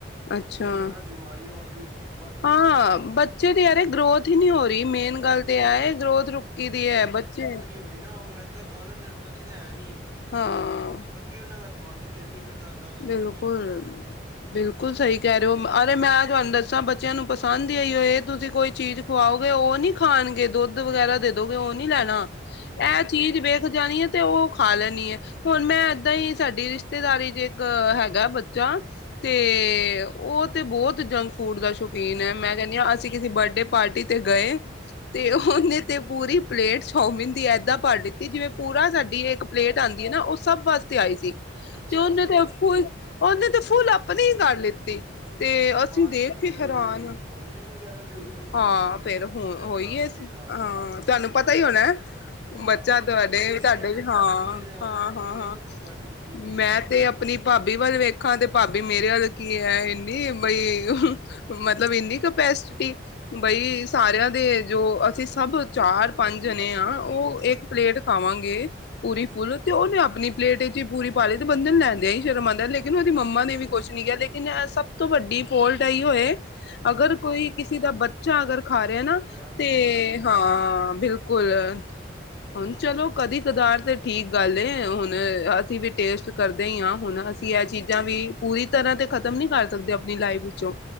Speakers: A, on the right; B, on the left.
A: ਕਿਉਂਕਿ
B: ਅੱਛਾ
A: ਇਹਨਾਂ ਨਾਲ ਬਿਮਾਰੀਆਂ ਵਾਧੂ। ਵਾਧੂ ਬਿਮਾਰੀਆਂ
B: ਹਾਂ
A: ਹੋ ਰਹੀਆਂ
B: ਬੱਚੇ
A: ਨੇ
B: ਦੀ ਅਰੇ ਗਰੋਥ ਹੀ ਨਹੀਂ ਹੋ ਰਹੀ, ਮੇਨ
A: ਹਾਂਜੀ
B: ਗੱਲ। ਤੇ
A: ਹਾਂਜੀ
B: ਆਏ ਗਰੋਥ ਰੁਕੀ ਦੀ ਐ, ਬੱਚੇ।
A: ਉਹੀ ਨਾ ਉਹ ਮੈਦਾ ਖਾ ਲੈਂਦੇ, ਨੇ ਬੱਚੇ ਤਾਂ ਹੈ ਨੀ,
B: ਹਾਂ
A: ਅ ਅੱਗ। ਕਿ ਉਹਨਾਂ ਦਾ ਖਾਣ ਦਾ ਦਿਲ ਨੀ ਕਰਦਾ। ਤਾਕਤ ਵਾਲੀ
B: ਬਿਲਕੁਲ-
A: ਚੀਜ਼ ਤੇ ਉਹ ਖਾਂਦੇ ਨੀ ਹੈਗੇ
B: ਬਿਲਕੁਲ ਸਹੀ ਕਹਿ
A: ਮੇਨ
B: ਰਹੇ ਹੋ,
A: ਗੱਲ
B: ਅਰੇ
A: ਹੈਗੀ
B: ਮੈਂ
A: ਹੈ
B: ਤੁਹਾਨੂੰ ਦੱਸਾਂ ਬ ਬੱਚਿਆਂ ਨੂੰ ਪਸੰਦ ਹੀ ਇਹੀਓ, ਤੁਸੀਂ ਕੋਈ ਚੀਜ਼ ਖੁਵਾਓਗੇ
A: ਹੂੰ
B: ਉਹ ਨੀ। ਖਾਣਗੇ ਦੁੱਧ ਵਗੈਰਾ ਦੇ ਦੋਗੇ, ਉਹ ਨੀ ਲੈਣਾ
A: ਨਹੀਂ ਲੈਣਾ
B: ਇਹ
A: ਸਹੀ
B: ਚੀਜ਼
A: ਗੱਲ
B: ਵੇਖ ਜਾਣੀ ਹੈ। ਤੇ ਉਹ ਖਾ ਲੈਣੀ ਏ, ਹੁਣ ਮੈਂ
A: ਹੂੰ
B: ਏਦਾਂ ਹੀ ਸਾਡੀ ਰਿਸ਼ਤੇਦਾਰੀ ਜੇ। ਗ ਹੈਗਾ ਬੱਚਾ ਤੇ, ਉਹ ਤੇ ਬਹੁਤ ਜੰਕ ਫੂਡ ਦਾ ਸ਼ੁਕ। ਪੀਨ ਹੈ,
A: ਅੱਛਾ
B: ਮੈਂ
A: ਅੱਛਾ
B: ਕਹਿੰਦੀ ਹਾਂ,
A: ਜੀ
B: ਅਸੀਂ ਕਿਸੇ ਬਰਡੇ ਪਾਰਟੀ ਤੇ ਗਏ। ਤੇ
A: ਹਾਂਜੀ
B: ਉਹਨੇ
A: ਹਾਂਜੀ
B: ਤੇ ਪੂਰੀ ਪਲੇਟ ਚੌਮਮੀਨ ਦੀ ਏਦਾਂ ਭਰ ਲਿੱਤੀ ਜਿਵੇਂ, ਪੂਰਾ ਸਾ ਦੀ ਇੱਕ ਪਲੇਟ
A: ਹਾਂ
B: ਆਂਦੀ
A: ਬ
B: ਹੈ ਨਾ, ਉਹ ਸਭ ਵਾਸਤੇ ਆਈ ਸੀ,
A: ਅੱਛਾ
B: ਤੇ ਉਹਨੇ
A: ਅੱਛਾ ਅੱਛਾ
B: ਤੇ ਉਹੀ ਉਹਨੇ ਤੇ ਫੂੱਲ, ਆਪਣੀ ਹੀ ਕਰ ਲਿੱਤੀ। ਤੇ
A: ਉਹ
B: ਅਸੀਂ
A: ਬਾਅਦ
B: ਦੇਖ
A: ਚ ਉਹਨੇ
B: ਕੇ ਹੈਰਾਨ,
A: ਮੈਂ ਵੋਮਟਿੰਗ ਵਗੈਰਾ ਵੀ ਹੋਈ ਹੋਣੀ ਆ
B: ਹਾਂ
A: ਬੱਚੇ ਨੂੰ ਤੇ
B: ਫਿਰ‌।
A: ਇਸ
B: ਹੋ ਹੋਈ
A: ਹਿਸਾਬ
B: ਏ,
A: ਨਾਲ ਜਿਸ ਹਿਸਾਬ ਨਾਲ
B: ਹਾਂ
A: ਖਾ ਗਿਆ ਹੋਣਾ
B: ਤੁਹਾਨੂੰ ਪਤਾ ਹੀ ਹੋਣਾ।
A: ਹਾਂ
B: ਬੱਚਾ
A: ਉਹ ਇਕੱਠੇ
B: ਤੁਹਾਡੇ
A: ਤੇ ਗਏ ਸੀ
B: ਸਾਡੇ,
A: ਸ਼ਾਇਦ
B: 'ਚ
A: ਤੁਸੀਂ
B: ਹਾਂ-
A: ਵੀ ਗਏ ਸੀ
B: ਹਾਂ
A: ਇਕੱਠੇ
B: -ਹਾਂ
A: ਤੇ ਗਏ
B: -ਹਾਂ,
A: ਸੀ ਆਪਾਂ ਪਾਰਟੀ ਤੇ ਠੀਕ ਹੈ ਠੀਕ
B: ਮੈਂ
A: ਹੈ ਠੀਕ
B: ਤੇ ਅਪ ਆਪਣੀ ਭਾਬੀ ਵੱਲ ਵੇਖਾਂ ਤੇ ਭਾਬੀ ਮੇਰੇ ਵੱਲ ਕੀ ਹੈ, ਇੰਨੀ ਬਈ। ਮਤਲਬ ਇੰਨੀ ਕਪੈਸਸਿਟੀ।
A: ਹੈ
B: ਬਈ ਸਾਰਿਆਂ ਦੇ ਜੋ ਅਸੀ ਸਭ ਚਾਰ ਪੰਜ ਜਣੇ ਹਾਂ, ਉਹ ਇੱਕ। ਪਲੇਟ ਖਾਵਾਂਗੇ,
A: ਹੂੰ
B: ਪੂਰੀ
A: ਬਿਲਕੁਲ
B: ਫੁੱਲ ਤੇ ਉਹਨੇ ਆਪਣੀ ਪਲੇਟ 'ਚ ਹੀ ਪੂਰੀ ਪਾ ਲਈ, ਤੇ ਬੰਦੇ ਨੂੰ ਲੈ। ਨਹੀ ਸ਼ਰਮ ਆਂਦਾ ਲੇਕਿਨ, ਉਹਦੀ ਮੰਮਾ ਨੇ ਵੀ ਕੁਛ ਨੀ ਕਿਹਾ, ਲੇਕਿਨ ਏ ਸਭ ਤੋਂ ਵੱਡੀ ਫੋਲਟ ਇਹੀ ਹੋਏ।
A: ਹੂੰ
B: ਅਗਰ ਕੋਈ ਕਿਸੀ ਦਾ ਬੱਚਾ ਅਗਰ ਖਾ ਰਿਹਾ ਨਾ।
A: ਉਹਨੂੰ
B: ਤੇ
A: ਮਨਾ ਕਰਨਾ
B: ਹਾਂ
A: ਚਾਹੀਦਾ ਸਹੀ ਗੱਲ
B: ਬਿਲਕੁਲ,
A: ਹੈ ਠੀਕ
B: ਹੁਨ
A: ਹੈ ਠੀਕ
B: ਚਲੋ
A: ਹੈ
B: ਕਦੀ ਕਦਾਰ ਤੇ। ਠੀਕ ਗੱਲ ਏ, ਹੁਣ ਅਸੀਂ ਵੀ ਟੇਸਟ ਕਰਦੇ ਹੀ ਆਂ। ਹੁਣ ਅਸੀਂ
A: ਹਾਂਜੀ
B: ਐਹ
A: ਹਾਂਜੀ
B: ਚੀਜ਼ਾਂ ਵੀ
A: ਬਿਲਕੁਲ ਬਿਲਕੁਲ
B: ਪੂਰੀ ਤਰ੍ਹਾਂ ਤੇ। ਖਤਮ ਨਹੀ ਕਰ ਸਕਦੇ ਆਪਣੀ ਲਾਈਫ ਵਿੱਚੋਂ,